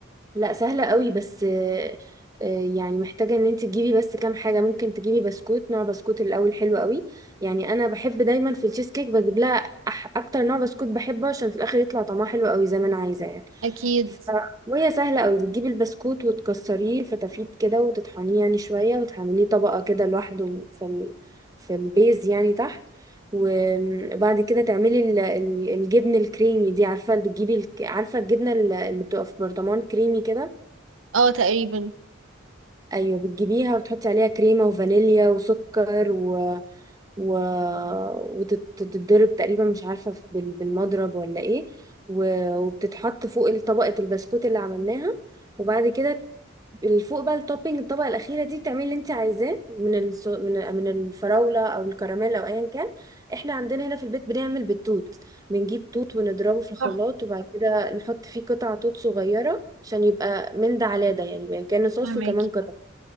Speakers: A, on the right; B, on the right.
A: لا سهلة قوي بس آه، آه، يعني محتاجة ان انت تجيبي بس كام حاجة ممكن تجيبي بسكوت نوع بسكوت الاول حلو قوي يعني انا بحب دايما في التشيز كيك بجيب لها أح اكتر نوع بسكوت بحبه عشان في الاخر يطلع طعمها حلو قوي زي ما انا عايزة يعني
B: اكيد
A: ف- وهي سهلة قوي بتجيبي البسكوت وتكسريه فتافيت كده وتطحنيه يعني شوية وتعمليه طبقة كده لوحده في ال... في البيز يعني تحت وبعد كده تعملي ال- ال- الجبن الكريمي دي عارفة بتجيبي الك- عارفة الجبنة اللي بتبقى في برطمان كريمي كده
B: اه تقريبا
A: ايوه بتجيبيها وتحطي عليها كريمه وفانيليا وسكر و... و... وتتضرب تقريبا مش عارفه في- بال... بالمضرب ولا ايه و... وبتتحط فوق طبقه البسكوت اللي عملناها وبعد كده فوق بقى التوبينج الطبقه الاخيره دي بتعملي اللي انت عايزاه من الس... من من الفراوله او الكراميل او ايا كان احنا عندنا هنا في البيت بنعمل بالتوت بنجيب توت ونضربه في الخلاط
B: صح
A: وبعد كده نحط فيه قطع توت صغيره عشان يبقى من ده على ده يعني كأنه صوص
B: فهمك
A: وكمان قطع